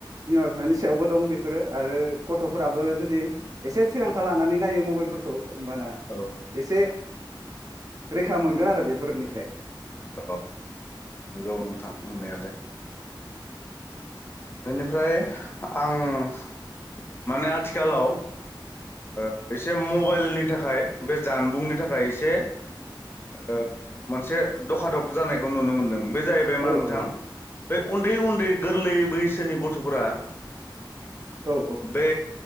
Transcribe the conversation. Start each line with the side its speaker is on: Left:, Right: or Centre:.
Right: बिमा बिफानि सायावबो दं बेफोरो आरो गथ'फोराबो जुदि एसे थिरांथा लानानै नायो मबाइलफोरखौ। होमबाना
Left: औ
Right: एसे रैखा मोनगोन आरो बेफोरनिफ्राय।
Left: अ नंगौ नोंथां नंनायालाय। बेनिफ्राय आं माने आथिखालाव ओ-एसे मबाइलनि थाखाय बे जानबुंनि थाखाय एसे। ओ-मोनसे दखादख जानायखौ नुनो मोनदों। बे जाहैबाय मा
Right: औ
Left: नोंथां?
Right: औ
Left: बे उन्दै उन्दै गोरलै बैसोनि गथफोरा।
Right: औ
Left: बे